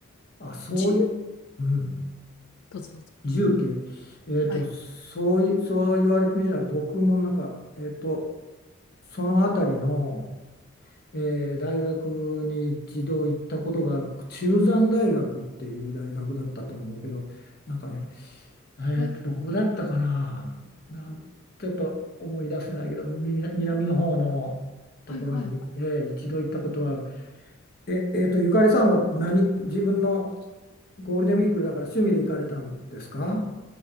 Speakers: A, on the left; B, on the left.
A: あ、そうい、
B: 10、
A: うん、
B: どうぞどうぞ。
A: 重慶、えっと、
B: はい。
A: そうい、そう言われてみれば、僕もなんか、えっと、その辺りの、えー大学に一度行ったことがある、中山大学っていう大学だったと思うけど、なんかね、えっと、
B: はい、
A: どこだったかな、なん、ちょっと思い出せないけど、み南の方のところに、
B: はい、はい。はい
A: えー一度行ったことはある。え、えっと、ゆかりさんは何、自分のゴールデンウィークだから趣味で行かれたんですか